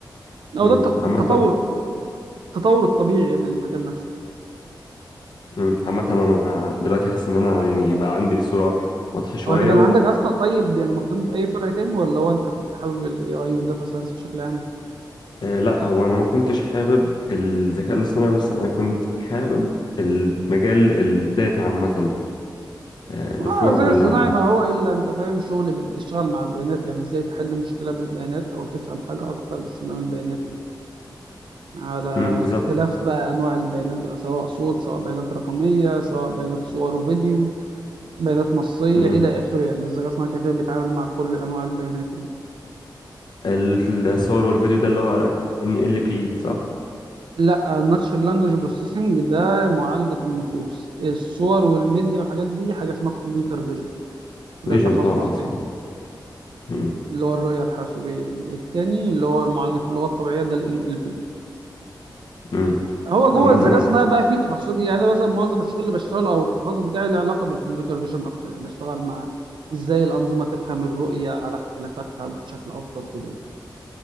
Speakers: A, on the right; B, on the left.
A: او
B: مم.
A: ده الت-
B: عامة
A: التطور التطور الطبيعي يعني للمجال نفسه
B: مم. عامة أنا دلوقتي حاسس إن أنا يعني بقى عندي صورة واضحة شوية
A: هو انت كان عندك اصلا طيب يعني مهتم باي فرع تاني ولا هو انت كنت حابب الاي اي والداتا ساينس بشكل عام
B: آه، لا هو انا ما كنتش حابب الذكاء الاصطناعي بس انا كنت حابب المجال الداتا عامه آه، بفروعه
A: اه الذكاء
B: كلها
A: الصناعي ما هو الا انت فاهم شغل ب- بتشتغل مع البيانات يعني ازاي تحل مشكله بالبيانات او تفهم حاجه اكتر باستخدام البيانات يعني على
B: امم بالظبط
A: اختلاف بقى انواع البيانات بقى سواء صوت سواء بيانات رقميه سواء بيانات صور وفيديو بيانات نصيه
B: امم
A: الى اخره يعني الذكاء الصناعي كده كده بيتعامل مع كل انواع البيانات يعني
B: الصور والفيديو ده اللي هو ان ال بي صح
A: لا Natural لانجوج بروسيسنج ده معالجه النصوص الصور والميديا والحاجات دي حاجه اسمها كمبيوتر فيجن ده
B: فيجن
A: تخصص
B: اه اه صح
A: تاني
B: امم
A: اللي هو الرؤية الحاسوبية يعني التاني اللي هو معالجة اللغة الطبيعية ده ال NLP
B: امم
A: هو
B: عامه
A: جوه الذكاء
B: أنا-
A: الصناعي بقى فيه تخصصي يعني أنا مثلا معظم الشغل اللي بشتغله أو التخصص بتاعي له علاقة بالكمبيوتر فيجن أكتر يعني بشتغل مع إزاي الأنظمة تفهم الرؤية على اختلافاتها بشكل أفضل وكده يعني